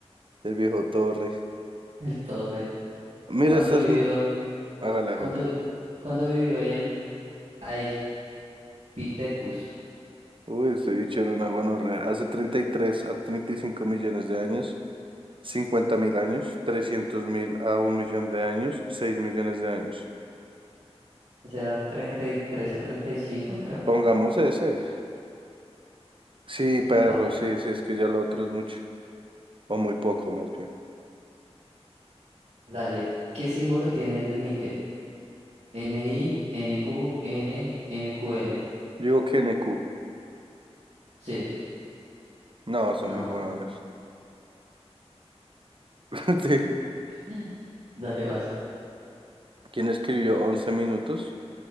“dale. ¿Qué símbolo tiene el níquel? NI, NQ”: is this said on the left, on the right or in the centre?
Right